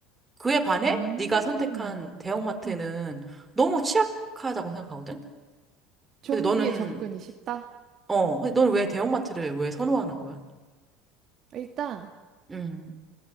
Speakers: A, on the right (about 15°); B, on the right (about 45°).
A: 그에 반해
B: 음.
A: 네가 선택한 대형마트는
B: 음,
A: 너무 취약하다고 생각하거든?
B: 좀비에
A: 근데 너는,
B: 접근이 쉽다.
A: 어, 근데 너는 왜 대형마트를 왜 선호하는 거야?
B: 일단
A: 음.